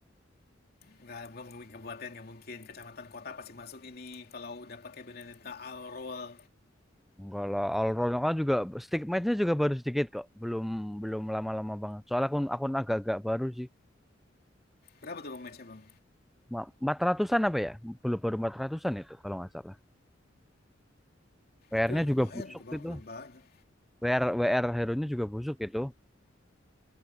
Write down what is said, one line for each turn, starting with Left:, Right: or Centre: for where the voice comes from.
Left: Enggak, enggak mungkin kabupaten nggak mungkin. Kecamatan kota pasti masuk ini. Kalau udah pakai Benedetta all roll.
Centre: Enggak lah, Alron kan juga stick match-nya juga baru sedikit kok. Belum belum lama-lama banget. Soalnya akun akun agak-agak baru sih.
Left: Berapa tuh Bang match-nya Bang?
Centre: Cuma 400-an apa ya? Belum baru empat ratusan itu kalau nggak salah. WR-nya
Left: Itu udah lumayan
Centre: juga busuk
Left: itu Bang,
Centre: gitu.
Left: udah banyak.
Centre: WR WR hero-nya juga busuk gitu.